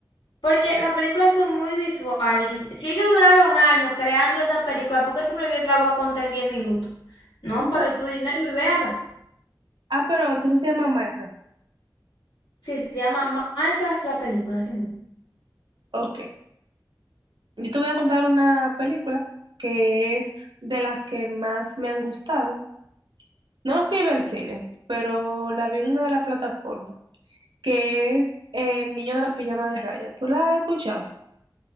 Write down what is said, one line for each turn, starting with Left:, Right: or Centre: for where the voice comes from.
Left: Porque las películas son muy visuales. Si ellos duraron años creando esa película, ¿por qué tú crees que yo te la voy a contar en 10 minutos? No,
Right: O
Left: pague
Right: sea,
Left: su dinero y véala.
Right: Ah, pero entonces se llama Minecraft.
Left: Sí, se llama Ma- Minecraft la película, así mismo.
Right: Ok. Yo te voy a contar una película que es de las que más me han gustado. No la fui a ver al cine, pero la vi en una de las plataformas, que es El niño de la pijama de raya. ¿Tú la has escuchado?